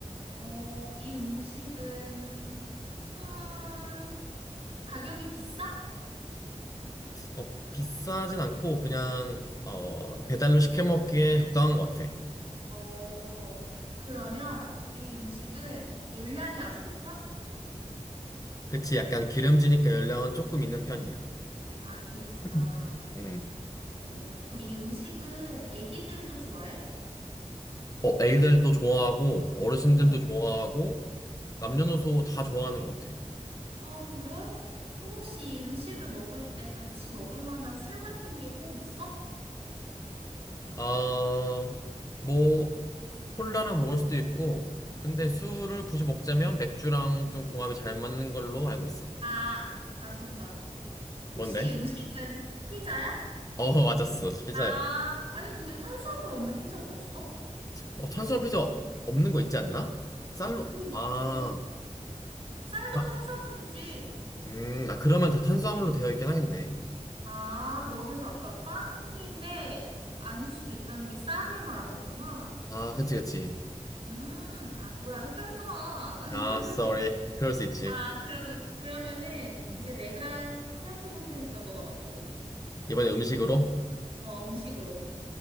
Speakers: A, on the right; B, on the left.
A: 어, 이 음식은, 음, 가격이 비싸?
B: 어, 비싸진 않고, 그냥, 어, 배달로 시켜 먹기에 적당한 것 같아.
A: 어, 그러면 이 음식은 열량이 아주 높아?
B: 그치, 약간 기름지니까 열량은 조금 있는 편이야.
A: 아, 기름지다.
B: 음. 음.
A: 어, 그럼 이 음식은 애기들도 좋아해?
B: 어, 애들도 좋아하고, 어르신들도
A: 어,
B: 좋아하고,
A: 어.
B: 남녀노소 다 좋아하는 것 같아.
A: 아, 그래? 그럼 혹시 이 음식을 먹을 때 같이 먹을 만한 술 같은 게 꼭 있어?
B: 아, 뭐, 콜라랑 먹을 수도 있고, 근데 술을 굳이 먹자면 맥주랑 좀 궁합이 잘 맞는 걸로 알고 있어.
A: 아, 나 정답. 혹시
B: 뭔데?
A: 이 음식은 피자야?
B: 어, <laughs> 맞았어. 피자야.
A: 아, 아니, 근데 탄수화물 없는 피자가 어딨어?
B: 어, 탄수화물 피자 없는 거 있지 않나? 쌀로,
A: 그런
B: 아,
A: 게 어딨어? 쌀도
B: 아,
A: 탄수화물이지.
B: 음, 아, 그러면 다 탄수화물로 되어 있긴 하겠네.
A: 아, 너 그래서 아까 빵인데 아닐 수도 있다는 게 쌀을 말한 거구나.
B: 아, 그치, 그치.
A: 음, 아, 뭐야, 헷갈렸잖아. <laughs>
B: 아, sorry. 그럴 수 있지.
A: 아, 그러면, 그러면은
B: 음.
A: 이제 내가 생각해 볼 테니까 너가 맞춰보기.
B: 이번에 음식으로?
A: 어, 음식으로.